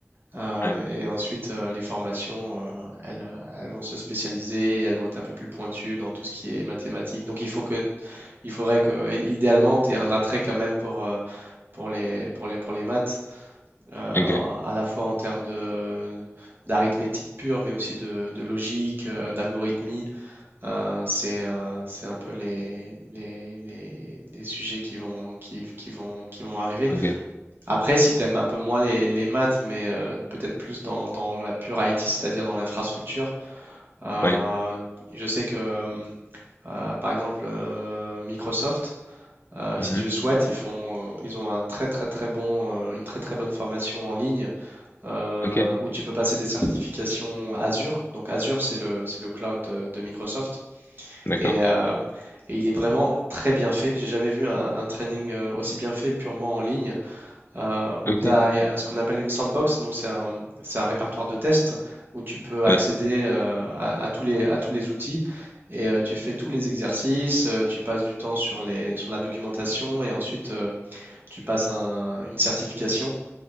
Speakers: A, on the right; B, on the left.
A: Euh,
B: ouais.
A: et ensuite, euh, les formations, euh, elles, euh, elles vont se spécialiser, elles vont être un peu plus pointues dans tout ce qui est mathématiques. Donc, il faut que, il faudrait que, i- idéalement, tu aies un attrait quand même pour, euh, pour les, pour les, pour les maths, euh,
B: Ok,
A: à la fois en termes de, d'arithmétique pure, mais aussi de, de logique, euh, d'algorithmie. Euh, c'est, euh, c'est un peu les, les, les, les sujets qui vont, qui, qui vont, qui vont arriver.
B: ok,
A: Après, si t'aimes un peu moins les, les maths, mais euh, peut-être plus dans, dans la pure IT, c'est-à-dire dans l'infrastructure, euh,
B: ouais.
A: je sais que, euh, euh, par exemple, euh, euh, Microsoft, euh,
B: Mhm.
A: si tu le souhaites, ils font, euh, ils ont un très très très bon, euh, une très très bonne formation en ligne euh,
B: Ok,
A: où tu peux passer des certifications Azure. Donc Azure, c'est le, c'est le cloud de, de Microsoft.
B: d'accord.
A: Et, euh, et il est vraiment très bien fait. J'ai jamais vu un, un training euh, aussi bien fait purement en ligne euh, où
B: Ok,
A: tu as euh, ce qu'on appelle une sandbox, donc c'est un, c'est un répertoire de tests où tu peux accéder
B: ouais.
A: euh, à, à tous les, à tous les outils et euh, tu fais tous les exercices, euh, tu passes du temps sur les, sur la documentation et ensuite euh, tu passes un- une certification